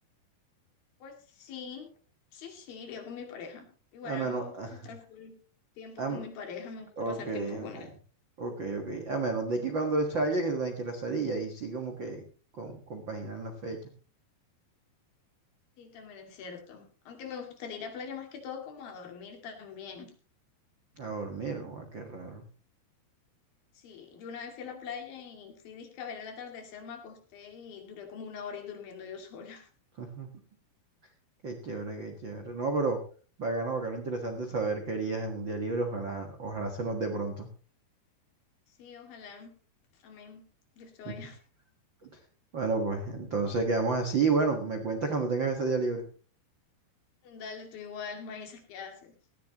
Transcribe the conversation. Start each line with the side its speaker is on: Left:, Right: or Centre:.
Left: Pues sí, sí, sí, iría con mi pareja. Igual
Right: A
Left: a
Right: menos,
Left: mí me gusta
Right: <laughs>
Left: estar full tiempo
Right: a
Left: con
Right: m-
Left: mi pareja, me gusta
Right: ok,
Left: pasar tiempo con
Right: ok,
Left: él.
Right: ok, ok. A menos de que cuando él salga, que tú también quieras salir y ahí sí como que con, compaginar la fecha.
Left: Sí, también es cierto. Aunque me gustaría ir a playa más que todo como a dormir también.
Right: A dormir, o a qué raro.
Left: Sí, yo una vez fui a la playa y fui disque a ver el atardecer, me acosté y duré como una hora y durmiendo yo sola. <laughs>
Right: <laughs> Qué chévere, qué chévere. No, pero bacano, bacano, interesante saber qué harías en un día libre. Ojalá, ojalá se nos dé pronto.
Left: Sí, ojalá. Amén. Yo estoy.
Right: <laughs> Bueno, pues entonces quedamos así. Bueno, me cuentas cuando tengas ese día libre.
Left: <laughs> Dale, tú igual, me avisas qué haces.